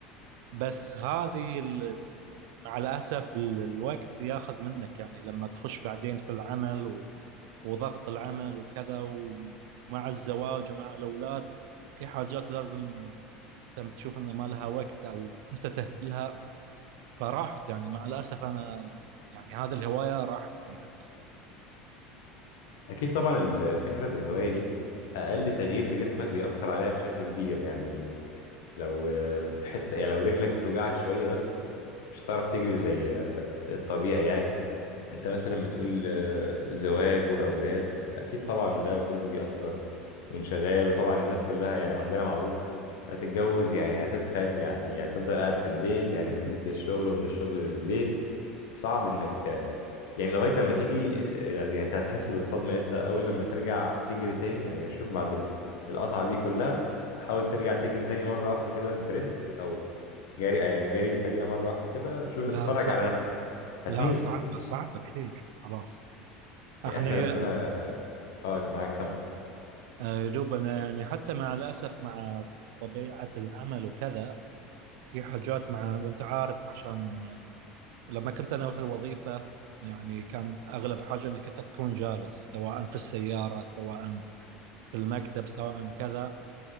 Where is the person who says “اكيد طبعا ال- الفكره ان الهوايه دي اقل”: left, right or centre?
Left